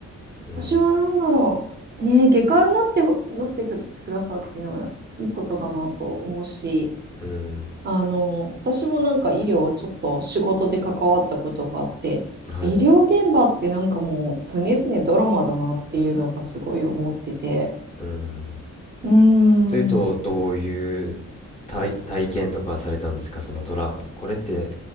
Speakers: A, on the left; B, on the right.
A: うん。
B: 私は何だろう。ねえ、外科になってほ、なってく、くださるっていうのはいいことだなと思うし、
A: うん。
B: あの、私もなんか医療をちょっと仕事で関わったことがあって、
A: はい。
B: 医療現場ってなんかもう常々ドラマだなっていうのがすごい思ってて、
A: うん。
B: うーん。
A: というと、どういう体、体験とかされたんですかそのドラ、これって、